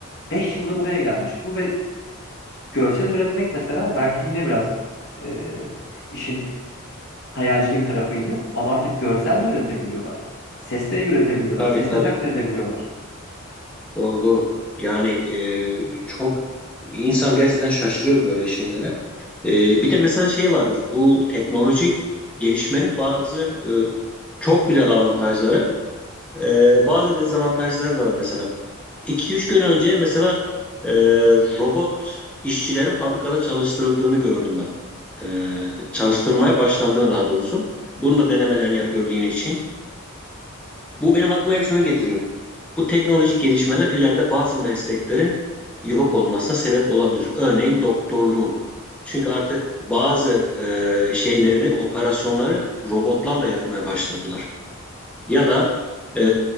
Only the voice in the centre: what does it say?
Tabii
tabii.
Doğru doğru. Yani e, çok insan gerçekten şaşırıyor böyle şeylere. E, bir de mesela şey vardır. Bu teknolojik gelişmenin bazı e, çok güzel avantajları Ee, bazı dezavantajları da var mesela. iki üç gün önce mesela e, robot işçilerin fabrikada çalıştırıldığını gördüm ben. Ee, çalıştırılmaya başlandığını daha doğrusu. Bunun da denemelerini yapıyordu yine Çin. Bu benim aklıma hep şunu getiriyor. Bu teknolojik gelişmeler ileride bazı mesleklerin yok olmasına sebep olabilir. Örneğin doktorluğun. Çünkü artık bazı e, şeyleri, operasyonları robotlarla yapmaya başladılar. Ya da e,